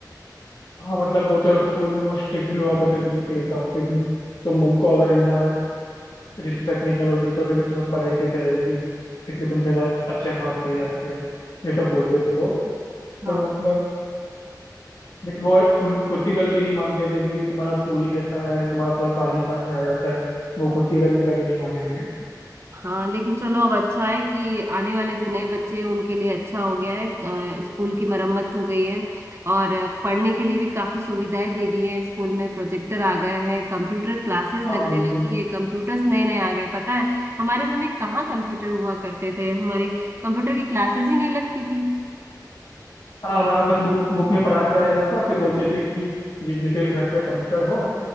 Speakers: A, on the left; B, on the right.
A: हाँ मतलब वो तो स्कूल में वो स्ट्रिक्ट भी हुआ करते थे बुक के हिसाब से कि तुम बुक को अगर है ना रिस्पेक्ट नहीं करोगे तो फिर तुम्हें पढ़ाई कैसे आएगी इसलिए तुमसे ना अच्छे मार्क्स नहीं आते ये सब बोलते थे लोग
B: हाँ
A: तो मतलब लेकिन वो उन खुद की गलती नहीं मानते थे कि तुम्हारा स्कूल ही ऐसा है तुम्हारा पूरा पानी पानी आ जाता है वो खुद की गलती कभी नहीं मानेंगे
B: हाँ लेकिन चलो अब अच्छा है कि आने वाले जो नए बच्चे हैं उनके लिए अच्छा हो गया है अ, स्कूल की मरम्मत हो गई है और पढ़ने के लिए भी काफी सुविधाएं दे दी हैं स्कूल में प्रोजेक्टर आ गए हैं कंप्यूटर क्लासेस लगने
A: हाँ बिल्कुल
B: लगी है कंप्यूटर्स नए नए आ गए पता है हमारे समय कहाँ कंप्यूटर हुआ करते थे हमारी कंप्यूटर की क्लासेस ही नहीं लगती थी
A: हाँ हमारा बस बुक बुक में पढ़ा दिया जाता था फिर बोलते थे कि जिस जिसके घर पे कंप्यूटर हो